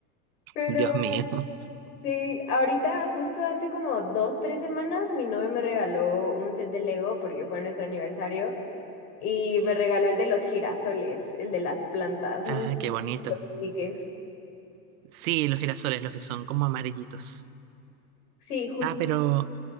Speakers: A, on the left (about 75°); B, on the right (about 65°).
A: Pero
B: Dios mío. <laughs>
A: sí, ahorita justo hace como dos, tres semanas mi novio me regaló un set de Lego porque fue nuestro aniversario y me regaló el de los girasoles, el de las plantas, no
B: Ah,
A: sé si
B: qué bonito.
A: lo ubiques.
B: Sí, los girasoles, los que son como amarillitos.
A: Sí,
B: Ah, pero,